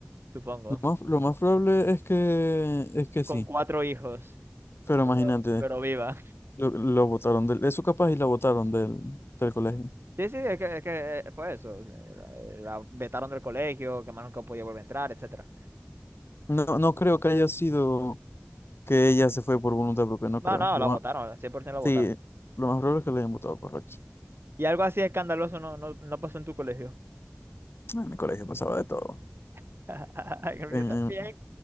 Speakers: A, on the right; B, on the left.
A: Supongo.
B: Lo más, lo más probable es que, es que
A: Con
B: sí,
A: cuatro hijos,
B: pero
A: pero,
B: imagínate,
A: pero viva.
B: lo, lo botaron del, eso capaz y la botaron del, del colegio.
A: Sí, sí, es que, es que eh, fue eso. eh, La, la vetaron del colegio, que más nunca podía volver a entrar, etcétera.
B: No, no creo que haya sido que ella se fue por voluntad propia, no
A: No,
B: creo.
A: no,
B: Lo
A: la
B: más,
A: votaron, 100% la
B: sí,
A: votaron.
B: lo más probable es que le hayan votado, correcto.
A: Y algo así escandaloso no, no, no pasó en tu colegio.
B: En mi colegio pasaba de todo.
A: <laughs> En el mío
B: En,
A: también.